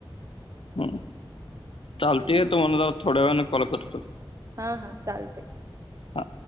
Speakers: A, on the left (about 80°); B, on the right (about 35°).
A: ह चालतय तुम्हाला ज थोड्या वेळाने कॉल करतो
B: हा हा चालते
A: हा